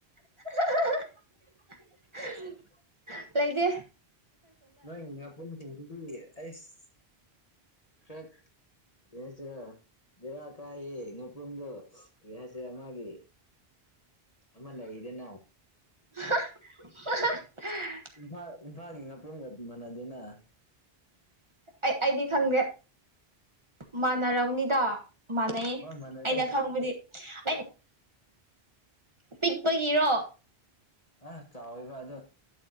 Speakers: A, on the right; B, on the left.
A: <unintelligible> ꯂꯩꯗꯦ
B: ꯅꯣꯏ ꯉꯥꯄꯨꯝꯁꯤꯡꯁꯤꯗꯤ ꯑꯩꯁ ꯈꯔ ꯀꯩꯍꯥꯏꯁꯤꯔ ꯕꯦꯔꯥ ꯀꯥꯏꯌꯦ ꯉꯄꯨꯝꯗꯣ ꯀꯔꯤ ꯍꯥꯏꯁꯤꯔ ꯃꯥꯒꯤ ꯑꯃ ꯂꯩꯌꯦꯗꯅ
A: <unintelligible>
B: ꯏꯝꯐꯥꯜ ꯏꯝꯐꯥꯜꯒꯤ ꯉꯥꯄ꯭ꯔꯨꯝꯒ ꯃꯥꯟꯅꯗꯦꯅ
A: ꯑꯩ ꯑꯩꯗꯤ ꯈꯪꯗꯦ ꯃꯥꯟꯅꯔꯝꯅꯤꯗ ꯃꯥꯟꯅꯩ
B: ꯍꯣꯏ ꯃꯥꯟꯅꯗꯦ
A: ꯑꯩꯅ ꯈꯪꯕꯗꯤ ꯑꯩ ꯄꯤꯛꯄꯒꯤꯔꯣ
B: ꯑꯁ ꯆꯥꯎꯋꯦꯕ ꯑꯗꯣ